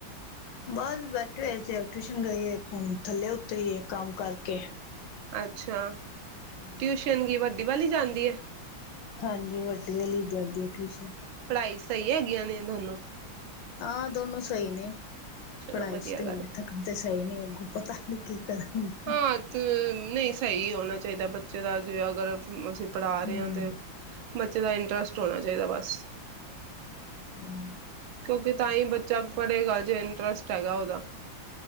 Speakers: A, on the left; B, on the right.
A: ਬਸ ਬੈਠੇ ਹੋਏ ਸੀ, ਔ ਟਿਊਸ਼ਨ ਗਈ ਏ ਇਕ ਹੁਣ ਥੱਲੇ ਉਤਰੀ ਏ ਕੰਮ ਕਰਕੇ।
B: ਅੱਛਾ।
A: ਹੂੰ।
B: ਟਿਊਸ਼ਨ ਗੀ ਵਡ ਡੀ ਵਲੀ ਜਾਂਦੀ ਏ।
A: ਹਾਂਜੀ, ਵੱਡੀ ਵਲੀ ਜਾਂਦੀ ਐ ਟਿਊਸ਼ਨ।
B: ਪੜ੍ਹਾਈ ਚ ਸਹੀ ਹੈਗੀਆਂ ਨੇ ਦੋਨੋਂ?
A: ਆਹ ਦੋਨੋ ਸਹੀ ਨੇ।
B: ਚਲੋ
A: ਪੜਾਈ
B: ਵਧੀਆ
A: ਚ ਤੇ
B: ਗੱਲ
A: ਹਲੇ ਤੱਕਣ ਤੇ ਸਹੀ ਨੇ ਅੱਗੋਂ ਪਤਾ ਨੀ। ਕੀ ਕਰਨਗੇ।
B: ਆ ਤ ਨਈ ਸ ਸਹੀ ਹੋਣਾ ਚਾਹੀਦੈ ਬੱਚੇ ਦਾ ਜੇ ਅਗਰ ਅ ਅਸੀਂ ਪੜਾ ਰੇ
A: ਹੂੰ
B: ਆ ਤੇ। ਬੱਚੇ ਦਾ ਇੰਟਰਸਟ ਹੋਣਾ ਚਾਹੀਦਾ ਬਸ।
A: <unintelligible>
B: ਕਿਉਂਕਿ ਤਾਂ ਈ ਬੱਚਾ ਪੜੇਗਾ ਜੇ ਇੰਟਰਸਟ ਹੈਗਾ ਓਹਦਾ।